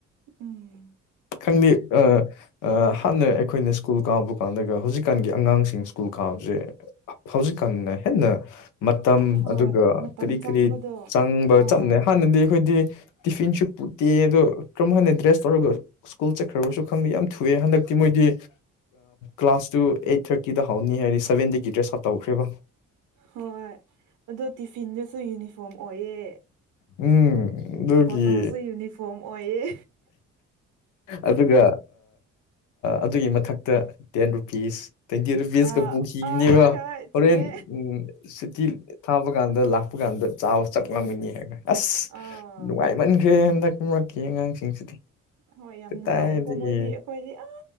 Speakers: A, on the right; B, on the left.
A: ꯎꯝ
B: ꯈꯪꯗꯦ ꯑ ꯍꯥꯟꯅ ꯑꯩꯈꯣꯏꯅ ꯁ꯭ꯀꯨꯜ ꯀꯥꯕ ꯀꯥꯟꯗꯒ ꯍꯧꯖꯤꯛꯀꯥꯟꯒꯤ ꯑꯉꯥꯡꯁꯤꯡ ꯁ꯭ꯀꯨꯜ ꯀꯥꯕꯁꯦ ꯍꯧꯖꯤꯛꯀꯥꯟꯗ ꯍꯦꯟꯅ ꯃꯇꯝ
A: ꯍꯣꯏ
B: ꯑꯗꯨꯒ
A: ꯃꯇꯝ
B: ꯀꯔꯤ
A: ꯆꯪꯕꯗꯣ
B: ꯀꯔꯤ ꯆꯪꯕ
A: ꯑꯥ
B: ꯆꯞꯅꯩ ꯍꯥꯟꯅꯗꯤ ꯑꯩꯈꯣꯏꯗꯤ ꯇꯤꯐꯤꯟꯁꯨ ꯄꯨꯠꯇꯦ ꯑꯗꯣ ꯀꯔꯝ ꯍꯟꯅ ꯗ꯭ꯔꯦꯁ ꯇꯧꯔꯒ ꯁ꯭ꯀꯨꯜ ꯆꯠꯈ꯭ꯔꯕꯁꯨ ꯈꯪꯕ ꯌꯥꯝ ꯊꯨꯑꯦ ꯍꯟꯗꯛꯇꯤ ꯃꯣꯏꯗꯤ ꯀ꯭ꯂꯥꯁ ꯇꯨ ꯑꯩꯠ ꯊꯥꯔꯇꯤꯗ ꯍꯧꯅꯤ ꯍꯥꯏꯗꯤ ꯁꯚꯦꯟꯗꯒꯤ ꯗ꯭ꯔꯦꯁ ꯑꯥꯔꯠ ꯇꯧꯈ꯭ꯔꯦꯕ
A: ꯍꯣꯏ ꯑꯗꯣ ꯇꯤꯐꯤꯟꯗꯁꯨ ꯌꯨꯅꯤꯐꯣꯔꯝ ꯑꯣꯏꯌꯦ
B: ꯎꯝ
A: ꯕꯣꯇꯜꯁꯨ
B: ꯒꯤ
A: ꯌꯨꯅꯤꯐꯣꯔꯝ ꯑꯣꯏꯌꯦ
B: ꯑꯗꯨꯒ ꯑꯗꯨꯒꯤ ꯃꯊꯛꯇ ꯇꯦꯟ ꯔꯨꯄꯤꯁ ꯇ꯭ꯋꯦꯟꯇꯤ ꯔꯨꯄꯤꯁꯀ
A: ꯑꯥ
B: ꯄꯨꯈꯤꯒꯅꯦꯕ
A: ꯍꯣꯏ ꯍꯣꯏ ꯍꯣꯏ
B: ꯍꯣꯔꯦꯟ
A: ꯆꯨꯝꯃꯦ
B: ꯎ ꯁꯤꯇꯤ ꯊꯥꯕ ꯀꯥꯟꯗ ꯂꯥꯛꯄ ꯀꯥꯟꯗ ꯆꯥꯕ ꯆꯠꯂꯝꯝꯒꯅꯤ ꯍꯥꯏꯅ ꯑꯁ
A: ꯑꯥ
B: ꯅꯨꯡꯉꯥꯏꯃꯟꯈ꯭ꯔꯦ ꯍꯟꯗꯛ ꯈꯨꯝꯔꯛꯀꯦ ꯑꯉꯥꯡꯁꯤꯡꯁꯤꯗꯤ
A: ꯍꯣꯏ ꯌꯥꯝ
B: ꯀꯗꯥꯏꯗꯒꯤ
A: ꯅꯨꯡꯉꯥꯏꯌꯦꯀꯣ ꯃꯣꯏꯗꯤ ꯑꯩꯈꯣꯏꯗꯤ ꯑ